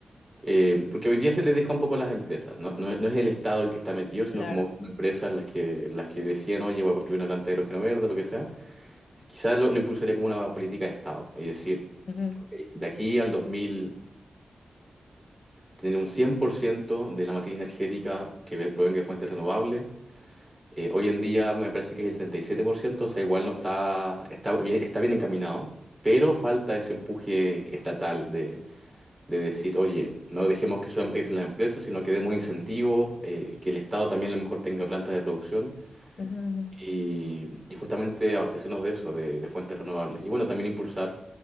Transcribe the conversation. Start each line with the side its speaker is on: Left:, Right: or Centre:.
Right: eh, porque hoy día se les deja un poco a las empresas, no, no, es no es el Estado el que está metido, sino
Left: claro.
Right: como empresas las que, las que decían, oye, voy a construir una planta de hidrógeno verde, lo que sea. Quizás lo, lo impulsaría como una política de Estado, es decir,
Left: Ujú,
Right: de aquí al 2040, tener un 100% de la matriz energética que ve- provenga de fuentes renovables. Eh, hoy en día me parece que es el 37%, o sea, igual no está, está bien, está bien encaminado, pero falta ese empuje estatal de, de decir, oye, no dejemos que solamente que sean las empresas, sino que demos incentivos, eh, que el Estado también a lo mejor tenga plantas de producción
Left: ujú, ujú,
Right: y, y justamente abastecernos de eso, de, de fuentes renovables. Y bueno, también impulsar,